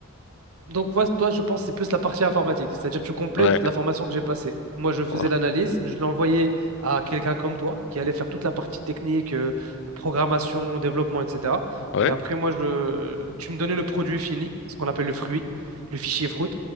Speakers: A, on the right; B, on the left.
A: Donc, moi, toi, je pense que c'est plus la partie informatique, c'est-à-dire tu complètes
B: Ouais.
A: la formation que j'ai passée. Moi, je faisais
B: Ouais.
A: l'analyse, je l'envoyais à quelqu'un comme toi qui allait faire toute la partie technique, euh, programmation, développement, etc.
B: Ouais.
A: Et après, moi, je... tu me donnais le produit fini, ce qu'on appelle le fruit, le fichier fruit.